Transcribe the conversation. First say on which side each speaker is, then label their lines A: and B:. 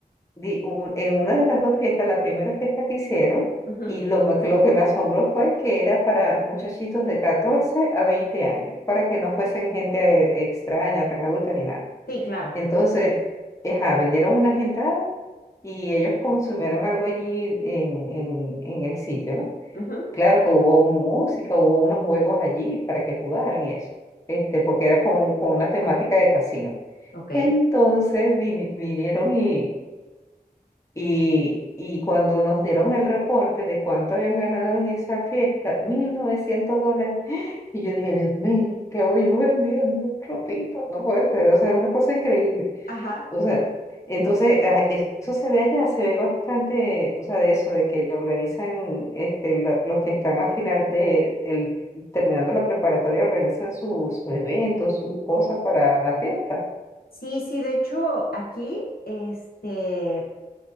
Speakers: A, on the left; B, on the left.
A: di- un- en una de las dos fiestas, la primera fiesta que hicieron,
B: ujú,
A: y lo, ma- que lo que me asombró fue que era para muchachitos de 14 a 20 años, para que no fuesen gente eh, extraña, tan adulta ni nada.
B: Sí, claro.
A: Entonces, ajá, vendieron una gentada y ellos consumieron algo allí en, en en el sitio, ¿no?
B: ujú, ujú,
A: Claro que hubo música, hubo unos juegos allí para que jugaran y eso, este, porque era con, con una temática de casino.
B: Ok.
A: Entonces vine- vinieron y, y, y cuando nos dieron el reporte de cuánto habían ganado en esa fiesta, 1.900 dólares, <gasps> y yo dije, Dios mío, ¿qué voy yo vendiendo? Ropita, no puede ser, o sea, es una cosa increíble.
B: Ajá.
A: O sea, entonces a- eso se ve allá, se ve bastante, o sea, de eso, de que organizan, este, lo- los que están al final de, el, terminando la preparatoria, organizan sus eventos, sus cosas para la fiesta.
B: Sí, sí, de hecho, aquí, este, eh,